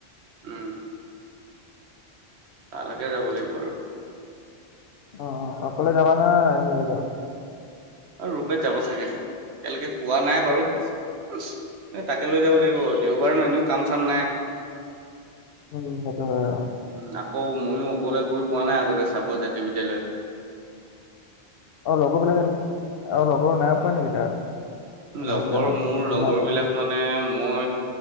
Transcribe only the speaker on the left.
অ-অ অকলে যাবা নে আৰু কুনোবা যাব?
উম সেইটো হয় অ'।
অ লগৰবিলাকে আৰু লগৰ নাই পৱা নেকি তাত? মানে
একজামৰ
তোমাৰ
লগৰ